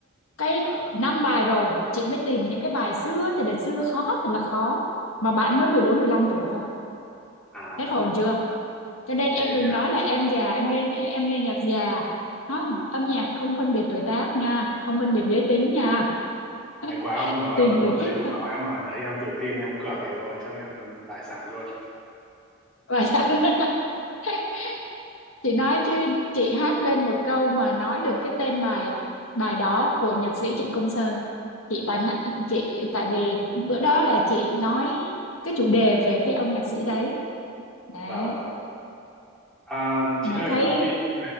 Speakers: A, on the left (about 75°); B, in the centre.
A: cái
B: và
A: năm bài rồi chị mới tìm những cái bài xưa thì là xưa khó thật là khó mà bạn mới mười bốn mười 15 tuổi thôi
B: à
A: hết hồn chưa cho nên em
B: ghê
A: đừng
B: nha
A: nói là em già em nghe em nghe nhạc già không âm nhạc không phân biệt tuổi tác nha không phân biệt giới tính nha <laughs>
B: may quá hôm đó
A: tùy
B: em không
A: người
B: ở
A: thích
B: đấy hôm
A: thôi
B: đó em ở đấy em tự tin em cược thì tôi chắc em đại sản luôn
A: vậy hả? <laughs> chị nói chứ chị hát lên một câu mà nói được cái tên bài bài đó của nhạc sĩ Trịnh Công Sơn chị tàn hạ- chị tại vì bữa đó là chị nói cái chủ đề về cái ông nhạc sĩ đấy đấy
B: và và à, chị
A: mà
B: ơi
A: thấy
B: có khi thế